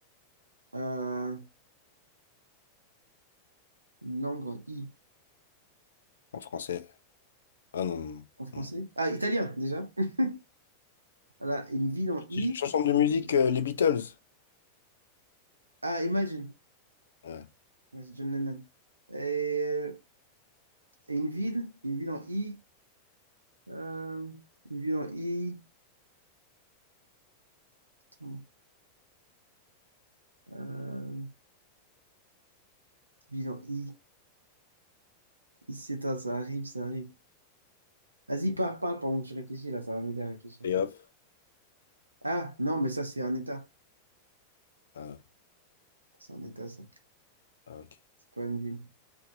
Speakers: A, on the right (about 75°); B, on the left (about 65°).
A: euh, une langue en I,
B: en français. Ah non, non,
A: en français.
B: non.
A: Ah, italien déjà. <laughs> Voilà, une ville en I.
B: Ch- Chanson de musique, euh, les Beatles.
A: Ah, Imagine.
B: Ouais.
A: Ouais, c'est John Lennon. Et, euh, et une ville, une ville en I. euh, une ville en I. Attends, euh, ville en I. Ici, c'est ça, ça arrive, ça arrive. Vas-y, pars, pars pendant que je réfléchis là, ça va m'aider à réfléchir.
B: Et hop.
A: Ah, non, mais ça, c'est un état.
B: Ah,
A: C'est un état, ça.
B: ah, ok.
A: C'est pas une ville.